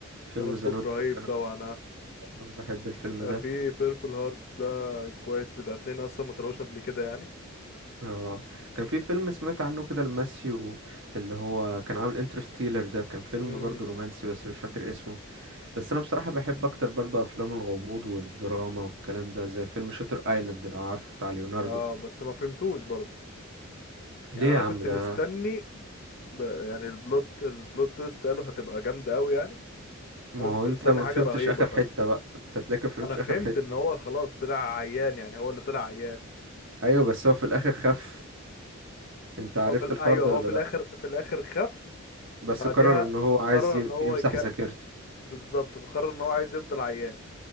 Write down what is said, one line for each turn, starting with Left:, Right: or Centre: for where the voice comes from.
Right: فيلم
Left: سندبوك
Right: ذا نوت
Left: رهيب
Right: بوك أنا
Left: طبعا
Right: بحب
Left: آه.
Right: بحب الفيلم
Left: آه،
Right: ده
Left: في بيربل هارتس ده كويس بتاع اتنين اصلا ما طلعوش قبل كده يعني
Right: اه كان في فيلم سمعت عنه كده لماسيو اللي هو كان عامل انترستيلر ده كان فيلم
Left: امم
Right: برضو رومانسي بس مش فاكر اسمه بس انا بصراحة بحب اكتر برضو افلام الغموض والدراما والكلام ده زي فيلم شاتر ايلاند لو عارفه بتاع ليوناردو
Left: اه بس ما فهمتوش برضو
Right: ليه
Left: يعني انا
Right: يا عم
Left: كنت
Right: ده
Left: مستني ب... يعني البلوت البلوت تويست قالوا هتبقى جامده قوي يعني
Right: ما
Left: انا
Right: هو
Left: كنت
Right: انت
Left: مستني
Right: ما
Left: حاجه
Right: فهمتش
Left: رهيبه
Right: اخر
Left: فاهم
Right: حتة بقى انت تلاقيك ما فهمتش
Left: انا فهمت
Right: اخر حتة
Left: ان هو خلاص طلع عيان يعني هو اللي طلع عيان
Right: ايوه بس هو في الاخر خف انت عرفت
Left: هو في ال-
Right: الحوار
Left: ايوه
Right: ده
Left: هو
Right: ولا
Left: في
Right: لا
Left: الاخر في الاخر خف
Right: بس
Left: بعدها
Right: قرر ان هو عايز
Left: قرر
Right: يم...
Left: ان هو
Right: يمسح
Left: يك...
Right: ذاكرته
Left: بالظبط فقرر ان هو عايز يفضل عيان